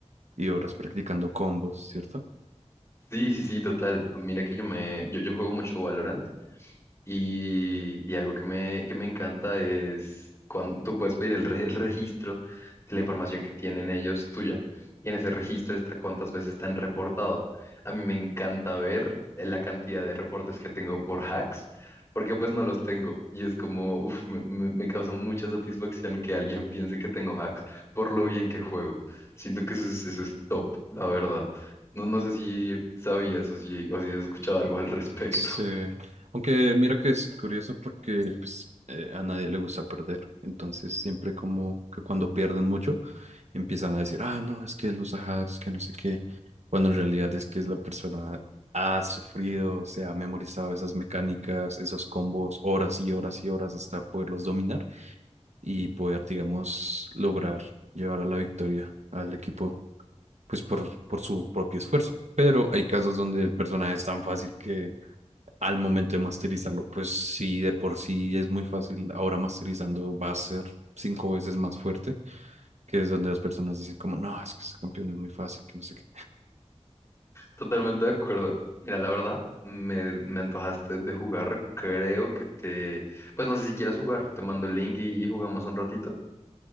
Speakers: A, on the right; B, on the left.
A: y horas practicando combos, ¿cierto?
B: Sí, sí, sí, total. Mira que yo me, yo, yo juego mucho Valorant. Y, y algo que me, que me encanta es cuando tú puedes pedir el, re- el registro de la información que tienen ellos tuya. Y en ese registro está cuántas veces te han reportado. A mí me encanta ver la cantidad de reportes que tengo por hacks, porque pues no los tengo. Y es como, uff, me, me- me causa mucha satisfacción que alguien piense que tengo hacks por lo bien que juego. Siento que eso es, eso es top, la verdad. No, no sé si sabías o si, o si has escuchado algo al <laughs> respecto.
A: Sí, aunque mira que es curioso porque pues, eh, a nadie le gusta perder, entonces siempre como que cuando pierden mucho empiezan a decir, ah, no, es que él usa hacks, que no sé qué, cuando en realidad es que es la persona ha sufrido, se ha memorizado esas mecánicas, esos combos, horas y horas y horas hasta poderlos dominar y poder, digamos, lograr llevar a la victoria al equipo, pues por, por su propio esfuerzo. Pero hay casos donde el personaje es tan fácil que al momento de masterizarlo, pues sí, de por sí es muy fácil, ahora masterizando va a ser cinco veces más fuerte, que es donde las personas dicen como, no, es que este campeón es muy fácil, que no sé qué.
B: Totalmente de acuerdo. Mira, la verdad, me, me antojaste de jugar. Creo que te... Pues no sé si quieras jugar. Te mando el link y, y jugamos un ratito.